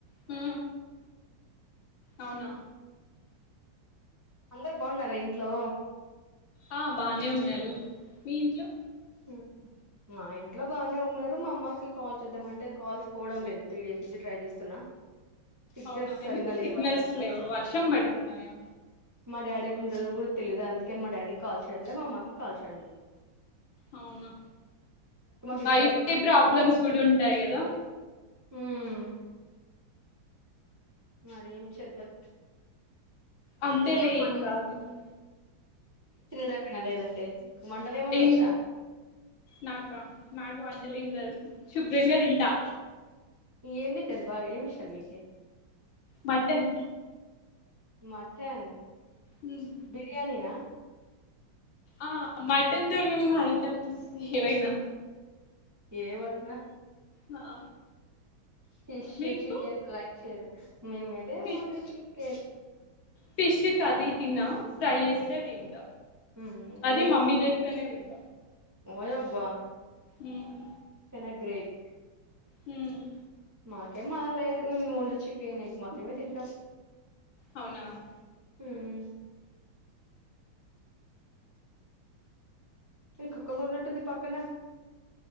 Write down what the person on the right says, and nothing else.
అందరు బాగున్నారా ఇంట్లో
హమ్ మా ఇంట్లో బాగానే ఉన్నారు మా అమ్మకి కాల్ చేద్దామ అంటే కాల్స్ పోవడం లేదు త్రీ డేస్ నుంచి ట్రై చేస్తున్నా సిగ్నల్స్
సరిగా
లేవనుకుంటా
మా డాడీ ఎక్క ఉంటుందో కూడా తెలీయదు అందుకే మా డాడీకి కాల్ చేయడం లే మా అమ్మకిి కాల్ చేయడం లే
సిస్టర్
తో
హమ్ మరి ఏం చేద్దాం
నీకేమన్నా
వంటలు
తినడమేనా లేదంటే వంటలు ఏమన్నా
వచ్చా
ఏం తింటారు బాగా ఏమి ఇష్టం మీకు
మట్టన్
బిర్యాని నా
ఏమన్నా
ఫిష్,
చికెన్ లైక్ చేయరు, మేమైతే
only chicken
మ్మ్
నువ్వు
తి
ఓయబ్బా
చాలా గ్రేట్
మాకేమో అలా లేదు మేమ్ ఓన్లీ చికెన్, ఎగ్ మాత్రమే తింటాం.
మ్మ్ మి కుక్క మొరిగినట్టుమ్ది పక్కనా